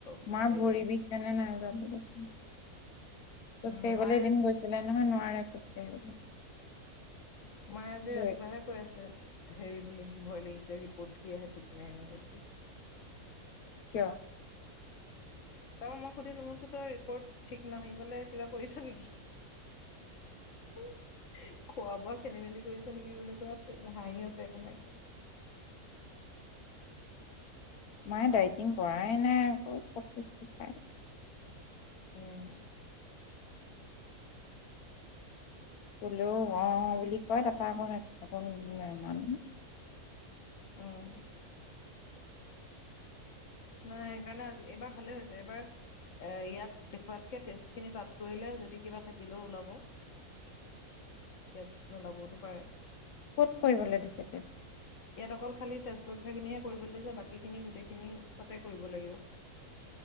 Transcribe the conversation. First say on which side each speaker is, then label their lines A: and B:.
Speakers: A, on the left; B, on the left.
A: খোজকাঢ়িবলৈ
B: মা ভৰি বিষ কাৰণে নাযাৱা কৈছোঁ <unintelligible> খোজ
A: উম
B: কাঢ়িবলৈ
A: মায়ে
B: এদিন
A: আজি
B: গৈছিলে নহয় নোৱাৰে খোজ কাঢ়িবলৈ <unintelligible>
A: মায়ে আজি ৰাতিপুৱাহে
B: ভৰি
A: কৈ আছে হেৰি বুলি <unintelligible> ভয় লাগিছে ৰিপৰ্ট কি আহে ঠিক নাই এনেকে বুলি
B: কিয়?
A: তই মোক সুধিলো মইচো তই ৰিপৰ্ট ঠিক নাহিবলে কিবা কৰিছ নিকি? উম খোৱা-বোৱা খেলিমেলি কৰিছে নিকি বুলি কৈ হাঁহি আছে একো নাই <inaudible>
B: মায়ে ডাইটিং কৰাই নাই আকৌ খাই
A: উম
B: কলেও ওআ বুলি কয় তাৰপা অকণ নামানো
A: উম নাই সেইকাৰণে আজি এইবাৰ ভালে হৈছে এইবাৰ এ ইয়াত দেখুৱাতকে টেষ্টখিনি তাত কৰিলে যদি কিবা থাকিলেও ওলাব টেষ্ট নোলাবওতো পাৰে
B: ক'ত কৰিবলে দিছে টেষ্ট
A: ইয়াত অকল খালি তেজ পৰীক্ষাখিনিহে কৰিবলে যে বাকীখিনি গোটেইখিনি তাতে কৰিব লাগিব